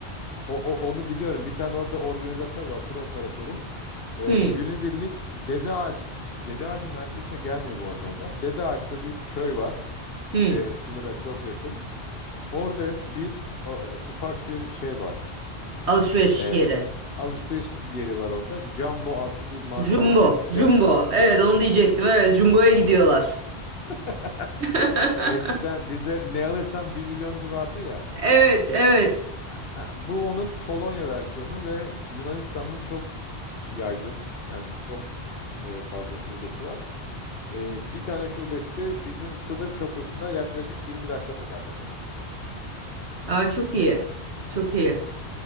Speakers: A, on the left; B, on the right.
A: O, o- onu biliyorum. Bir tane orada organizatör var, tur operatörü. E,
B: Hmm,
A: günübirlik Dede Ağaç, Dede Ağacı merkezine gelmiyor bu arada onlar. Dede Ağaç'ta bir köy var.
B: hmm.
A: E, sınıra çok yakın. Orada bir e, ufak bir şey var.
B: Alışveriş
A: Ee,
B: yeri.
A: alışveriş yeri var orada. Jumbo adlı bir marka
B: Jumbo,
A: var. Eskiden
B: Jumbo. Evet onu diyecektim. Evet, Jumbo'ya gidiyorlar.
A: <laughs>
B: <laughs>
A: eskiden bizde ne alırsan bir milyoncu vardı ya.
B: Evet, evet.
A: Ha, bu onun Polonya versiyonu ve Yunanistan'da çok yaygın. Yani çok e, fazla şubesi var. Ee, bir tane şubesi de bizim sınır kapısına yaklaşık 20 dakika mesafede.
B: Aa, çok iyi. Çok iyi.